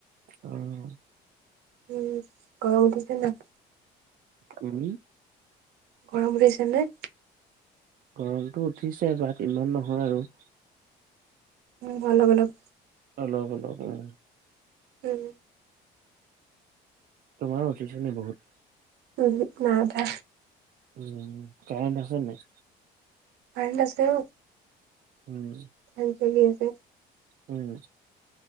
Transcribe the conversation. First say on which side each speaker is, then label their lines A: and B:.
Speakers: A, on the right; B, on the right.
A: অ'।
B: উম, গৰম উঠিছে নে নাই?
A: তুমি
B: গৰম উঠিছে নে?
A: গৰমটো উঠিছে বাট ইমান নহয় আৰু।
B: উম, ভাল অলপ
A: অলপ, অলপ উম।
B: উম।
A: তোমাৰ উঠিছে নে বহুত?
B: উমহু নাই উঠা।
A: উম, কাৰেণ্ট আছে নে নাই?
B: কাৰেণ্ট আছে বাও।
A: উম।
B: ফেন চলি আছে।
A: উম।